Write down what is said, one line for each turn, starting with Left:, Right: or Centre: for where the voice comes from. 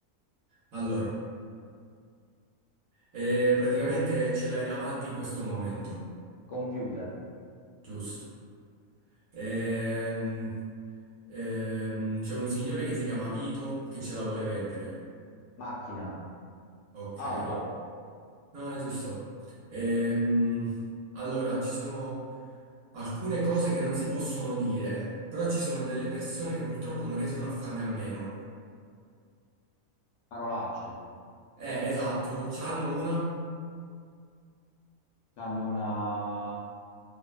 Right: allora, eh, praticamente ce l'hai davanti in questo momento,
Left: Computer,
Right: giusto? Ehm, ehm, c'è un signore che si chiama Vito che ce la vuole vendere.
Left: macchina,
Right: Ok.
Left: auto,
Right: No, è giusto. Ehm, allora, ci sono alcune cose che non si possono dire, però ci sono delle persone che purtroppo non riescono a farne a meno.
Left: parolacce.
Right: Eh, esatto, c'hanno una.
Left: Hanno una...